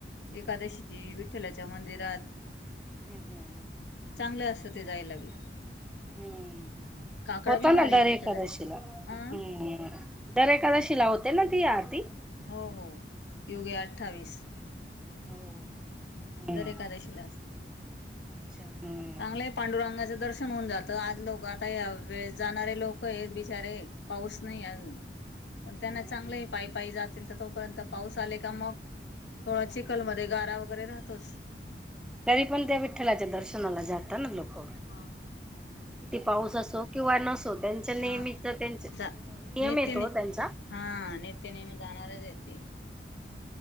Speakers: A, on the left (about 85°); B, in the centre.
A: एकादशीची विठ्ठलाच्या मंदिरात.
B: हम् हम् हम
A: चांगलं असतं ते जायला बी.
B: हम्म
A: काकडा
B: होताना
A: बी भारी
B: दर
A: विठ्ठलाचा
B: कराशिला हम्म.
A: अं
B: दर एखादा शिला होते ना ती आरती.
A: हो हो योगे अठ्ठावीस.
B: हो हम्म
A: जर एकादेशीला चांगले
B: अच्छा हम्म
A: पांडुरंगाचं दर्शन होऊन जातं आज लोक आता या वेळेस जाणारे लोक आहेत बिचारे पाऊस नाही अजून. पण त्यांना
B: हम्म
A: चांगलेहे पायपायी जाती तर तोपर्यंत पाऊस आले का मग? थोडा चिखलमध्येध्ये
B: हम्म
A: गारा वगैरे राहतोच.
B: तरी पण त्या विठ्ठलाच्या दर्शनाला जातात ना लोक.
A: म
B: किती पाऊस असो किंवा नसो त्यांच्या नेहमीचा
A: मग
B: त्यां नियम
A: जा नितीने
B: ये तो त्यांचा.
A: हा नेते नेहमी जाणारच येते.